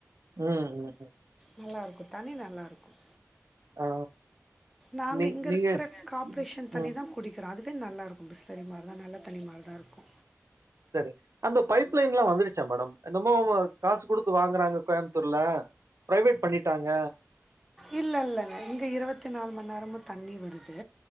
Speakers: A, on the right; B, in the centre.
A: ம் ம்
B: நல்லாருக்கும் தண்ணி நல்லாயிருக்கும்
A: ஆ
B: நாங்க
A: நீ
B: இங்க
A: நீங்க
B: இருக்கிற காப்ரேஷன் தண்ணி
A: ம்
B: தா குடி குறோ அதுவே நல்லாருக்கு பிஸ்லரி மாரி தா நல்ல தண்ணி மாரி தா இருக்கு
A: சரி அந்த பைப்லைன்ல்லா வந்துருச்சா மேடம் என்னமோ காசு குடுத்து வாங்குறாங்க கோயம்புத்தூர்ல பிரைவேட் பண்ணிட்டாங்க
B: இல்ல இல்லங்க இங்க இருவத் நாலு மணி நேரமு தண்ணி வருது